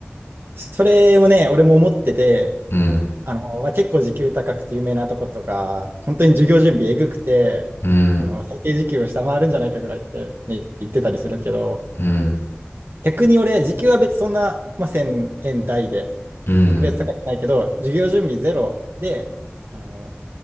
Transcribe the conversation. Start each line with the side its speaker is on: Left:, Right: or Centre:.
Right: それをね、俺も思ってて、
Left: うん、
Right: あの、まあ、結構時給高くて有名なとことか、本当に授業準備えぐくて、
Left: うん、
Right: あの、最低時給を下回るんじゃないかぐらいって、ね、言ってたりするけど、
Left: うん、
Right: 逆に俺、時給は別にそんな、まあ、1000円台で、
Left: うん、
Right: 特別高くないけど、授業準備ゼロで、あの、